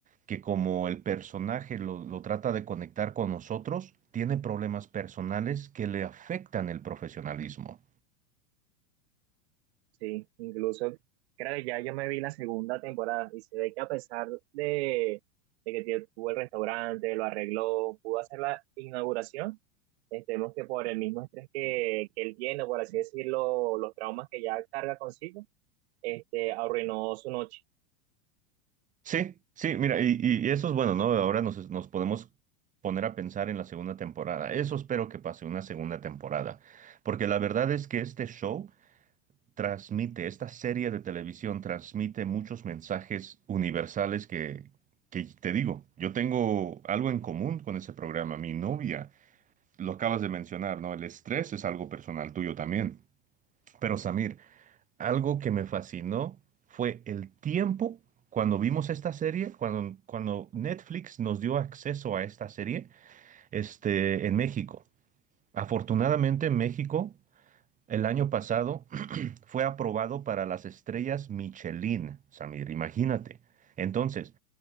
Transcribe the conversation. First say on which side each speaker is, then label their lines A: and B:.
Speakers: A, on the right (about 20°); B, on the right (about 55°).
A: que como el personaje lo, lo trata de conectar con nosotros, tiene problemas personales que le afectan el profesionalismo.
B: Sí, incluso creo que ya yo me vi la segunda temporada y se ve que a pesar de, de que tie- tuvo el restaurante, lo arregló, pudo hacer la inauguración, estemos que por el mismo estrés que, que él tiene, por así decirlo, los traumas que ya carga consigo, este, arruinó su noche.
A: Sí, sí, mira, y, y eso es bueno, ¿no? Ahora nos, nos podemos poner a pensar en la segunda temporada. Eso espero que pase una segunda temporada, porque la verdad es que este show transmite, esta serie de televisión transmite muchos mensajes universales que, que te digo, yo tengo algo en común con ese programa. Mi novia, lo acabas de mencionar, ¿no? El estrés es algo personal tuyo también. Pero Samir, algo que me fascinó fue el tiempo cuando vimos esta serie, cuando, cuando Netflix nos dio acceso a esta serie, este, en México. Afortunadamente en México, el año pasado, fue aprobado para las estrellas Michelin, Samir, imagínate. Entonces,